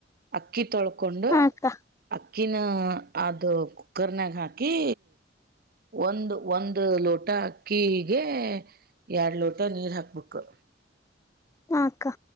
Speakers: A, on the right; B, on the left.
A: ಅಕಿ ತೊ ಕೊಂಡು
B: ಹಾಕ್ಕ
A: ಅಕ್ಕಿನ ಆದ. ಕುಕ್ಕರ್ ನ ಹಾಕಿ ಒಂದು ಒಂದು ಲೋಟ. ಲೋಟ ಅಕ್ಕಿಗೆ. ಎರಡು ಲೋಟ ನೀರ್ ಹಾಕ್ಬೇಕು.
B: ಹಾ ಅಕ್ಕ.